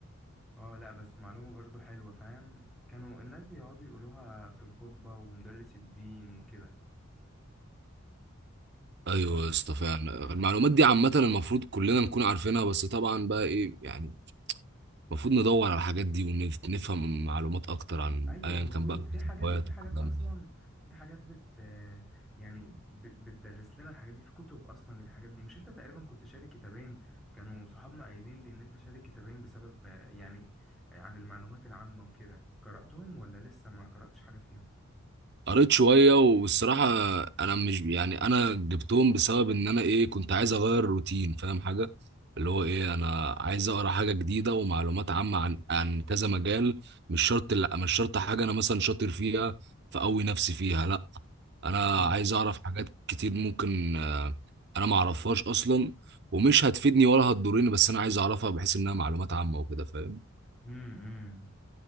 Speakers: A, in the centre; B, on the right.
A: اه لا بس معلومة برضو حلوة فاهم كانوا الناس بيقعدوا يقولوها في الخطبة ومدرس الدين وكده
B: ايوه
A: آه.
B: يا اسطى فعلا المعلومات دي عامه المفروض كلنا نكون عارفينها بس طبعا بقى ايه يعني المفروض ندور على الحاجات دي ونفهم معلومات اكتر عن
A: ايوه
B: ايا
A: مفروض
B: كان بقى
A: في حاجات
B: الهوايات
A: في حاجات
B: والكلام
A: اصلا
B: ده
A: في حاجات بت يعني ب- بتدرس لنا الحاجات دي في كتب اصلا للحاجات دي مش انت تقريبا كنت شارك كتابين كانوا صحابنا قايلين لي ان انت شارك كتابين بسبب آه، يعني آه، عن المعلومات العامة وكده قرأتهم ولا لسه ما قرأتش حاجة فيهم
B: قريت شوية والصراحة أنا مش يعني أنا جبتهم بسبب إن أنا إيه كنت عايز أغير الروتين فاهم حاجة اللي هو إيه أنا عايز أقرأ حاجة جديدة ومعلومات عامة عن عن كذا مجال مش شرط لا مش شرط حاجة أنا مثلا شاطر فيها فأقوي نفسي فيها لا أنا
A: مم.
B: عايز أعرف حاجات كتير ممكن آه، أنا معرفهاش أصلا ومش هتفيدني ولا هتضرني بس أنا عايز أعرفها بحيث إنها معلومات عامة وكده فاهم
A: امم